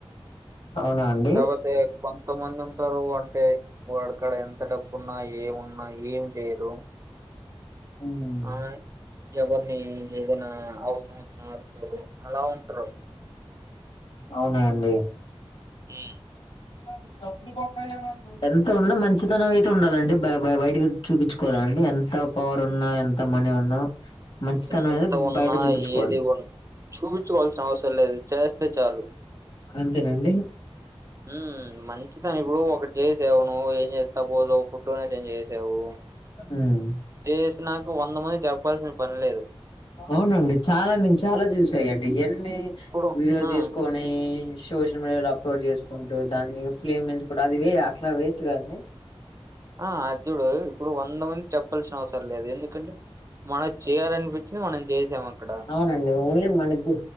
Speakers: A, on the left; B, on the right.
A: అవునా అండి
B: కాకపోతే కొంతమంది ఉంటారు అంటే వాడికడ ఎంత డబ్బున్నా ఏమున్నా ఏమి చేయరు
A: ఉమ్.
B: ఆ ఎవరిని ఏదైనా అవసరం వచ్చిన ఆదుకోరు అలా ఉంటారు
A: అవునా అండి
B: మ్
A: ఇప్పు డబ్బులు పక్కంట ఎంత ఉన్నా మంచితనం అయితే ఉండాలండి బ బయటకి చూపించుకోవాలండి ఎంత పవరున్నా ఎంత మనీ ఉన్నా మంచితనం
B: ఎంత
A: అయితే
B: ఉన్నా
A: బయట చూపించుకోవాలి
B: ఏది ఉన్ చూపించుకోవాల్సిన అవసరం లేదు చేస్తే చాలు
A: అంతేనండి
B: మ్ మంచిదాని ఇప్పుడు ఒకటి చేసవ్ నువ్ ఏం చేస్ సపోజు ఒక ఫుడ్ డొనేషన్ చేసావు
A: ఉమ్
B: చేసినక వంద మందికి చెప్పాల్సిన పని లేదు
A: అవునండి చాలా నేను చాలా చూసాయండి ఎన్ని
B: ఇప్పుడు
A: వీడియోలు
B: ఆ
A: తీసుకొని ఈ సోషల్ మీడియాలో అప్లోడ్ చేసుకుంటూ దాన్ని ఫ్లేమ్ పెంచుకుంట అది అట్లా వేస్ట్ కాదండి
B: అది చూడు ఇప్పుడు వంద మందికి చెప్పాల్సిన అవసరం లేదు ఎందుకంటే మనకి చేయాలనిపించింది మనం చేసం అక్కడ
A: అవునండి ఓన్లీ మనకి